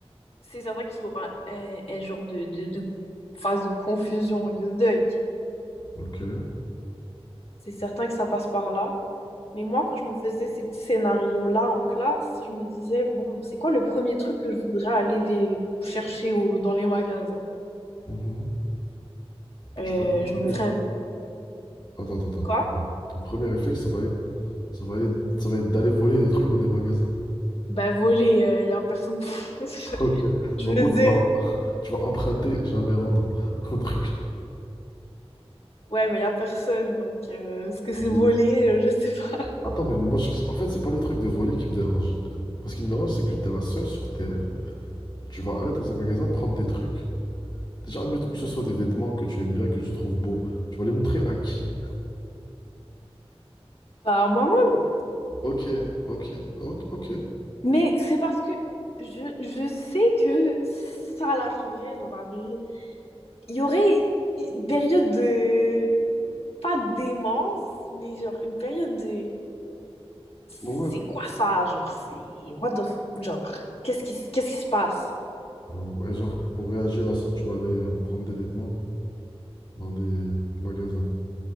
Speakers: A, on the left; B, on the left.
A: c'est certain qu'il y aura un, un genre de, de, de phase de confusion et de deuil.
B: Ok.
A: C'est certain que ça passe par là. Mais moi, quand je me faisais ces petits scénarios-là en classe, je me disais, bon, c'est quoi le premier truc que je voudrais aller vé- chercher au- dans les magasins?
B: Mhm.
A: Euh,
B: Tu vas dépenser,
A: je me ferais
B: là. Attends, attends, attends.
A: quoi?
B: attends. Ton premier réflexe, ça va être, ça va être, ça va être d'aller voler des trucs dans des magasins.
A: Ben, voler, il euh, y a personne. <laughs>
B: Ok.
A: Je
B: En
A: veux
B: gros, tu
A: dire,
B: vas, <laughs> tu vas emprunter, jamais rendre <laughs> un truc.
A: Ouais, mais il n'y a personne, donc euh, est-ce que c'est volé?
B: Mais-
A: Euh, Je sais pas. <laughs>
B: Attends, mais moi, je- en fait, c'est pas le truc de voler qui me dérange. Moi, ce qui me dérange, c'est que t'es la seule sur Terre. Tu vas aller dans un magasin prendre des trucs. Déjà, admettons que ce soit des vêtements que tu aimes bien, que tu trouves beaux. Tu vas les montrer à qui?
A: Bah, moi-même.
B: Ok, ok, ok, ok.
A: Mais c'est parce que je, je sais que ça l'arriverait dans la vraie vie. Il y aurait une période de... Pas de démence, mais genre une période de... C'est
B: Ouais. ouais.
A: quoi ça, genre? C'est... What the... f- Genre, qu'est-ce qui, s- qu'est-ce qui se passe?
B: Euh, Et genre, pour réagir à ça, tu vas aller euh, prendre des vêtements dans des magasins.